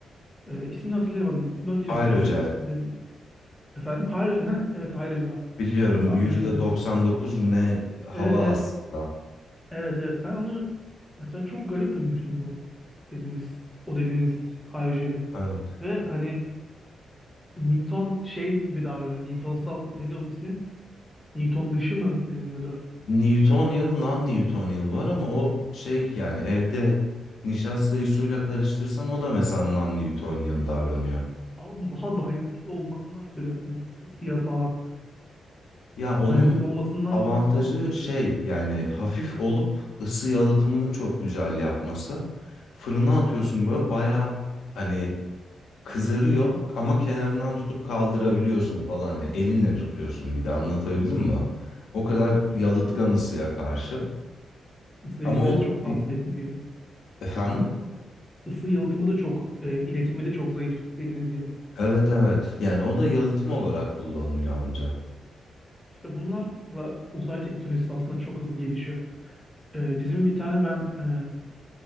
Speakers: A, in the centre; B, on the left (about 80°).
A: Ee, ismini hatırlayamadım. Bakacağım
B: Aerogel.
A: hemen. Size efendim hidrojen ha evet hidrojen.
B: Biliyorum
A: Tam
B: %99
A: biliyorsunuz.
B: mu ne hava
A: Evet evet.
B: aslında.
A: Evet evet. Ben onu mesela çok garip bulmuştum bu dediğiniz o dediğimiz hariceli.
B: Evet.
A: Ve hani Newton şey gibi davranıyor. Newtonsal ne diyor onun ismi? Newton dışı mı deniliyordu?
B: Newtonial, non-Newtonial var ama o şey yani evde nişastayı suyla karıştırsan o da mesela non-Newtonian davranıyor.
A: Tabii tabii. Ama bu daha dayanıklı olmasından ötürü hani ısı- ısıya falan
B: Ya onun
A: dayanıklı olmasından
B: avantajı
A: ötürü.
B: şey yani hafif olup ısı yalıtımını çok güzel yapması. Fırına
A: Evet.
B: atıyorsun böyle baya hani kızarıyor ama kenarından tutup kaldırabiliyorsun falan. Yani elinle tutuyorsun
A: Evet evet.
B: bir de anlatabildim mi? O
A: Yani
B: kadar
A: ısı iletimi
B: yalıtkan
A: de çok
B: ısıya
A: zayıf.
B: karşı.
A: Isı
B: Ama
A: iletimi
B: o
A: de çok
B: da e,
A: az dediğiniz gibi.
B: efendim?
A: Isı yalıtımı da çok e, iletimi de çok zayıf dediğiniz gibi.
B: Evet evet. Yani o da yalıtım olarak kullanılıyor anca.
A: İşte bunlarla uzay teknolojisi aslında çok hızlı gelişiyor. Ee, bizim bir tane ben e,